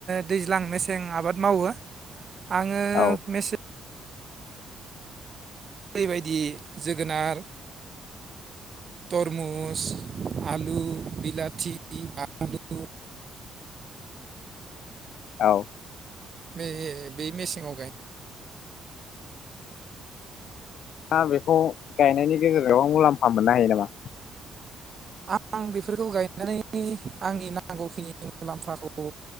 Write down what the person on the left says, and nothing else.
औ
औ
दा बेखौ गायनायनि गेजेराव मुलाम्फा मोननो हायो नामा